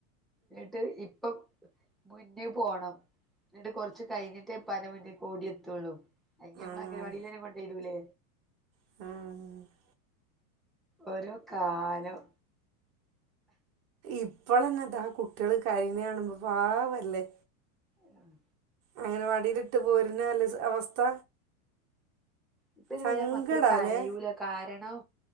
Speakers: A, in the centre; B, on the right.
A: എന്നട്ട് ഇപ്പം മുന്ന് പോണം ന്നട്ട് കൊർച്ച് കഴിഞ്ഞിട്ടെ. പ്പാന്റെ മുന്ന്ക്കോടി എത്തുള്ളു അല്ലേ നമ്മളെ
B: ആഹ്
A: അഗനവാടീൽ തന്നെ കൊണ്ടേയ് ഇടൂലേ.
B: ആഹ്
A: ഓരോ കാലം.
B: ഇപ്പളെന്നെ താ കുട്ടികള് കരയ്ണത് കാണുമ്പോ പാവല്ലേ.
A: ആഹ്
B: അങ്ങനവാടീൽ ഇട്ട് പോരുന്ന അല്ല അവസ്ഥ.
A: ഇപ്പൊ പിന്നെ
B: സങ്കടാല്ലേ
A: വല്ലാ മക്കള് കരയൂല. കാരണം